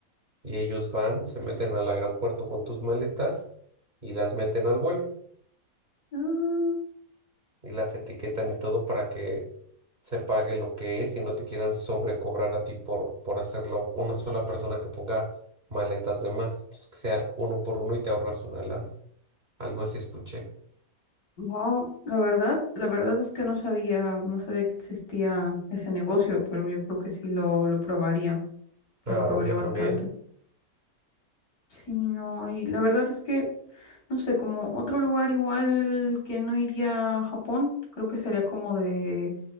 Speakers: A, on the right; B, on the left.
A: Y ellos van, se meten al aeropuerto con tus maletas y las meten al vuelo
B: Ah,
A: y las etiquetan y todo para que se pague lo que es y no te quieran sobrecobrar a ti por, por hacerlo una sola persona que ponga maletas de más. Entonces que sea uno por uno y te ahorras una lana. Algo así escuché.
B: Wow, la verdad, la verdad es que no sabía, no sabía que existía ese negocio, pero yo creo que sí lo, lo probaría,
A: Claro,
B: lo probaría
A: yo
B: bastante.
A: también.
B: Sí, no, y la verdad es que, no sé, como otro lugar igual que no iría a Japón, creo que sería como de